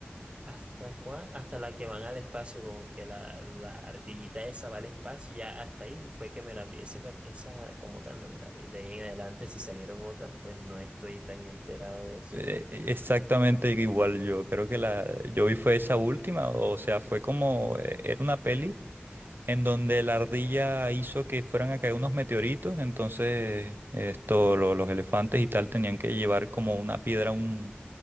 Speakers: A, on the right (about 25°); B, on the right (about 55°).
A: ¿hasta cuál? Hasta la que van al espacio, como que la, la ardillita esa va al espacio, y ya hasta ahí fue que me la vi. Esa, esa como tal no me la vi. De ahí en adelante, si salieron otras, pues no estoy tan enterado de eso.
B: Eh, Exactamente igual yo, creo que la yo vi fue esa última, o sea, fue como, eh, era una peli en donde la ardilla hizo que fueran a caer unos meteoritos, entonces esto, lo- los elefantes y tal tenían que llevar como una piedra a un,